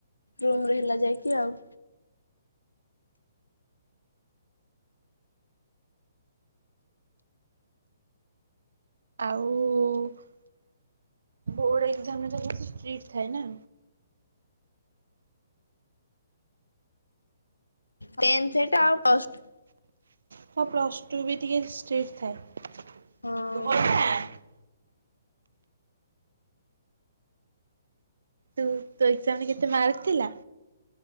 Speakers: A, on the left; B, on the right.
A: ରୁମ ରେ ହେଲା ଯାଇକି ଆଉ।
B: ଆଉ ବୋଡ଼ ଏକ୍ଜାମ ରେ ତ ବହୁ ଷ୍ଟ୍ରିକ ଥାଏ ନା?
A: ଟେନ୍ ସେଟା ଆଉ ପ୍ଲସ
B: ହଁ ପ୍ଲସ ଟୁ ବି ଟକେ ଷ୍ଟ୍ରିଟ ଥାଏ
A: ହଁ
B: <unintelligible> ତୁ ତୋ ଏକ୍ସଜାମ କେତେ ମାର୍କ ଥିଲା?